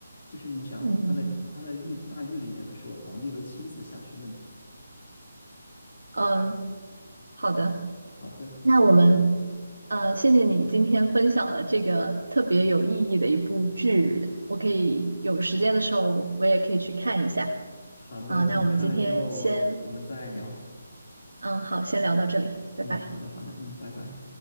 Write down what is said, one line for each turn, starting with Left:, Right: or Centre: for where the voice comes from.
Left: 就是你想，
Right: <laughs> 嗯
Left: 他在他在狱大狱里面的时候，皇帝都亲自下去问的
Right: 嗯，好的，
Left: 好的，
Right: 那我们呃，谢谢你今天分享了这个特别有意义的一部剧，我可以有时间的时候我也可以去看一下。
Left: 好的，
Right: 啊，那我们今天先，
Left: 你看了之后，我我们再聊。
Right: 嗯，好，先聊到这里，
Left: 嗯，
Right: 拜拜。
Left: 好的，好的，嗯，拜拜。